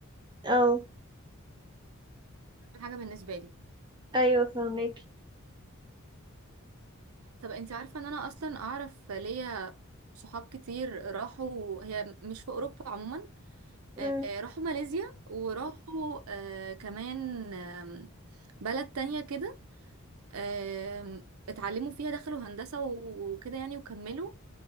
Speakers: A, on the right; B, on the right.
A: اه
B: أهم حاجه بالنسبه لي
A: ايوه فهمك
B: طب انت عارفه ان انا اصلا اعرف ليا صحاب كتير راحوا هي مش في اوروبا عموما
A: امم
B: آه، راحوا ماليزيا وراحوا آه، كمان آم، بلد تانية كده آم، اتعلموا فيها دخلوا هندسة وكده يعني وكملوا